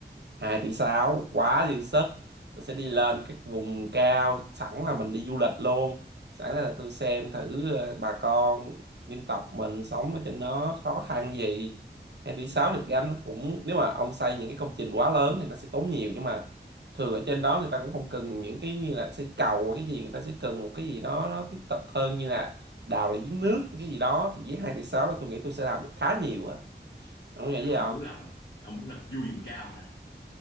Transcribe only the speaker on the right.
hai tỷ 6 quá dư sức tôi sẽ đi lên các vùng cao sẵn là mình đi du lịch luôn sẵn là tôi xem thử ờ, bà con dân tộc mình sống ở trên đó khó khăn gì 2 tỷ 6 được gánh nó cũng nếu mà ông xây những cái công trình quá lớn thì nó sẽ tốn nhiều nhưng mà thường ở trên đó người ta cũng không cần những cái như là xây cầu hay cái gì người ta sẽ cần một cái gì đó nó thiết thực hơn như là đào lại giếng nước cái gì đó thì với 2 tỷ 6 đó tôi nghĩ tôi sẽ làm được khá nhiều á ông
nghĩ
gì
không